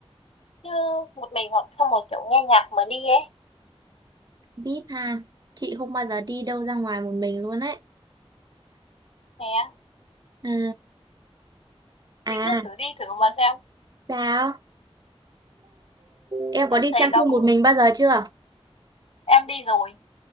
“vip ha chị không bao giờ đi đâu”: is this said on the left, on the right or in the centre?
Right